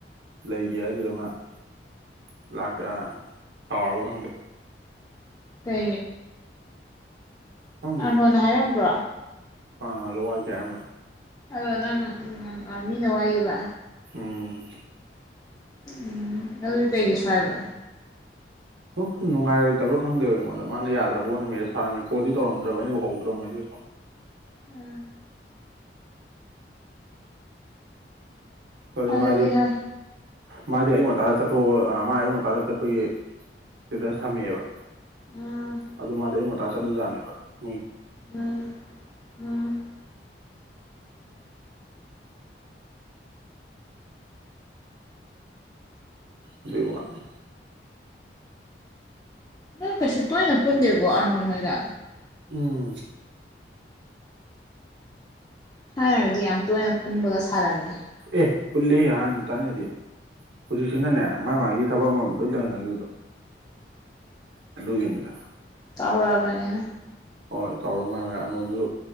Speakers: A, on the right; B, on the left.
A: ꯂꯩꯒꯦ ꯑꯗꯨꯗ ꯃꯥꯥꯛ ꯁꯥꯎꯔꯕ ꯈꯪꯗꯦ
B: ꯇ
A: ꯈꯪꯗꯦ
B: ꯑꯥꯅꯣꯅ ꯍꯥꯏꯔꯝꯕ꯭ꯔꯣ
A: ꯑꯥ ꯂꯋꯥ ꯆ ꯑꯃ
B: ꯑꯗꯣ ꯅꯪ ꯃꯤꯅ ꯋꯥꯏꯌꯦꯕ
A: ꯎꯝ
B: ꯎꯝ ꯑꯗꯨ ꯇꯩꯒꯤ ꯁꯋꯥꯏꯕ
A: ꯁꯨꯝ ꯁꯨꯝ ꯉꯥꯏꯛꯇꯕ꯭ꯔ ꯈꯪꯗꯦꯕ ꯑꯩꯉꯣꯟꯗ ꯃꯥꯅ ꯌꯥꯗ꯭ꯔꯕꯣꯅ ꯃꯦ ꯊꯔꯝꯃꯦ ꯀꯣꯜꯗꯤꯧꯝ꯭ꯔ ꯑꯩꯅ ꯎ ꯍꯧꯧꯗ꯭ꯔꯕ ꯃꯦꯁꯇꯣ
B: ꯎꯝ
A: ꯑꯗꯣ
B: ꯑꯗꯨꯗꯤ
A: ꯃꯥꯗꯤ
B: ꯍ
A: ꯃꯥꯗꯤ ꯑꯌꯨ ꯉꯇꯥꯗ ꯆꯠꯊꯣꯛ ꯃꯥ ꯑꯌꯨ ꯉꯟꯇꯥꯗ ꯆꯠꯄꯒꯤ ꯏꯁꯇꯦꯇꯁ ꯊꯝꯃꯛꯑꯦꯕ
B: ꯎꯝ
A: ꯑꯗꯨ ꯃꯥꯗꯤ ꯑꯌꯨꯛ ꯉꯟꯇꯥ ꯆꯠꯂꯖꯨ ꯌꯥꯅꯦꯕ ꯑꯗꯨꯝ
B: ꯎꯝ ꯎꯝ
A: ꯑꯗꯨꯏ ꯋꯥꯅꯤ
B: ꯅꯣꯏ ꯀꯩꯁꯨ ꯇꯣꯏꯅ ꯄꯨꯟꯗꯦꯕꯣ ꯑꯔꯅꯣꯟ ꯍꯣꯏꯒ
A: ꯎꯝ
B: ꯊꯥꯏꯅꯔꯗꯤ ꯌꯥꯝ ꯇꯣꯏꯅ ꯄꯨꯟꯕꯒ ꯁꯥꯔꯝꯃꯦ
A: ꯑꯦ ꯄꯨꯜꯂꯦ ꯍꯥꯟꯅ ꯊꯥꯏꯅꯗꯤ ꯍꯧꯖꯤꯛꯁꯤꯅꯅꯦ ꯃꯥ ꯃꯥꯒꯤ ꯊꯕꯛ ꯑꯃꯃꯝ ꯂꯣꯏ ꯂꯩꯅꯈꯤꯕꯗꯣ ꯑꯗꯨꯒꯤꯅꯗ
B: ꯆꯥꯎꯔꯑꯕꯅꯤꯅ
A: ꯍꯣꯏ ꯆꯥꯎꯔ ꯃꯥꯏ ꯃꯥꯏ ꯑꯔꯅꯣꯜꯁꯨ